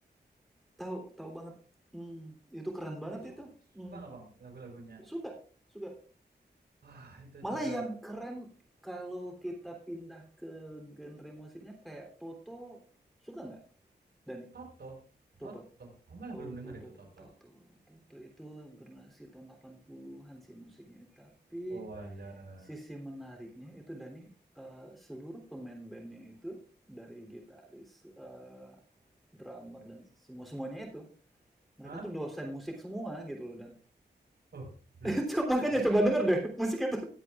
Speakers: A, in the centre; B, on the right (about 65°).
A: tahu tahu banget hmm, itu keren banget
B: Tapi suka
A: itu hmm,
B: suka nggak Bang lagu-lagunya?
A: suka suka
B: Wah, itu
A: malah
B: juga
A: yang keren kalau kita pindah ke genre musiknya kayak Toto suka nggak Dani
B: Toto,
A: Toto
B: Toto. Oh, malah
A: Tuh
B: belum dengar
A: tuh tuh
B: itu
A: tuh
B: Toto.
A: tuh tuh tuh tuh, itu generasi tahun 80-an sih musiknya. Tapi
B: Oh, alah.
A: sisi menariknya itu Dani, eh, seluruh pemain bandnya itu dari gitaris, eh, drummer dan semua semuanya itu mereka
B: Hah?
A: tuh dosen musik semua gitu loh dan
B: Oh, loh.
A: <laughs> Co- makanya
B: Menarik.
A: coba denger deh musik itu